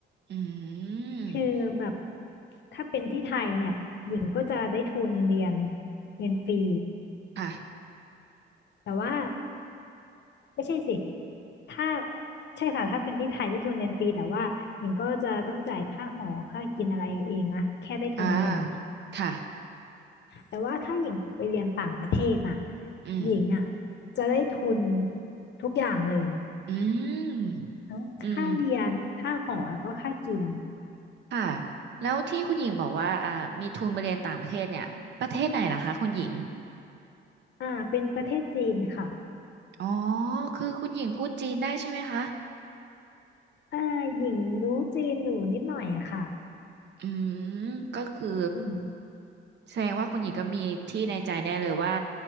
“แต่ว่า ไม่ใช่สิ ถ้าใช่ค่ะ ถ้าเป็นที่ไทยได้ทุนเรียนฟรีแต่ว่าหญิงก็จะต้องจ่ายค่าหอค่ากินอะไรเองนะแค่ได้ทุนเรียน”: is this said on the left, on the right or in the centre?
Left